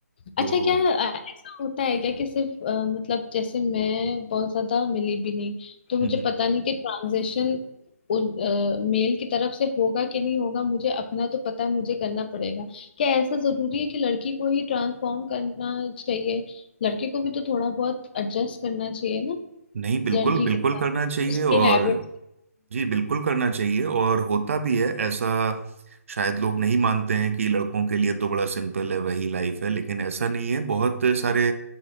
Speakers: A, on the right (about 55°); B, on the left (about 35°).
A: तो
B: अच्छा क्या अ, ऐसा होता है क्या कि सिर्फ अ, मतलब जैसे मैं बहुत ज्यादा मिली भी नहीं तो मुझे
A: हम्म, हम्म।
B: पता नहीं कि ट्रांजेक्शन उन मेल की तरफ से होगा कि नहीं होगा मुझे अपना तो पता है, मुझे करना पड़ेगा क्या ऐसा जरूरी है कि लड़की को ही ट्रांसफॉर्म करना चाहिए लड़के को भी तो थोड़ा बहुत एडजस्ट करना चाहिए ना
A: नहीं बिल्कुल
B: लड़की
A: बिल्कुल
B: के साथ
A: करना चाहिए
B: उसके
A: और
B: हैबिट
A: जी बिल्कुल करना चाहिए और होता भी है ऐसा शायद लोग नहीं मानते हैं कि लड़कों के लिए तो बड़ा सिंपल है वही लाइफ है लेकिन ऐसा नहीं है बहुत सारे